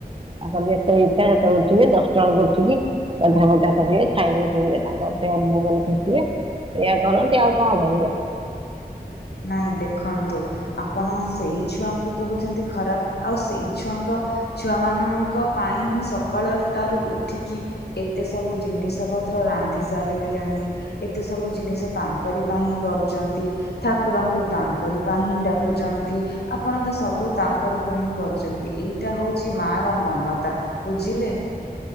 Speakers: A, on the right (about 35°); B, on the left (about 85°).
A: ତାଙ୍କର ଯେତେବେଳେ ଇଚ୍ଛା ସେତେବେଳେ ଉଠିବେ ଦଶଟା ବଳକୁ ଉଠିକି ଗାଧୁଆ ପାଧୁଆ କରିବେ ଖାଇବେ ପିଇବେ ତାଙ୍କ ଫେରେ ମୋବାଇଲ ଖେଂଚିବେ। ଏଇଆ କରନ୍ତି, ଆଉ କଣ କରିବେ?
B: ନାଇଁ, ଦେଖନ୍ତୁ, ଆପଣ! ସେଇ ଛୁଆଙ୍କୁ କହୁଚନ୍ତି ଖରାପ୍ ଆଉ ସେଇ ଛୁଆଙ୍କ ଛୁଆ ମାନଙ୍କ ପାଇଁ ହିଁ ସକାଳ ଟାରୁ ଉଠିକି ଏତେ ସବୁ ଜିନିଷ ପତ୍ର ରାନ୍ଧି ସାରିଲେଣି। ଏତେ ସବୁ ଜିନିଷ ତାଙ୍କରି ପାଇଁ ହିଁ କରୁଚନ୍ତି। ଥାକୁରଙ୍କୁ ତାଙ୍କରି ପାଇଁ ହିଁ ଡାକୁଚନ୍ତି ଆପଣ ତ ସବୁ ତାଙ୍କରି ପାଇଁ ହିଁ କରୁଚନ୍ତି ଏଇଟା ହୋଉଚି ମାଆର ମମତା ବୁଝିଲେ।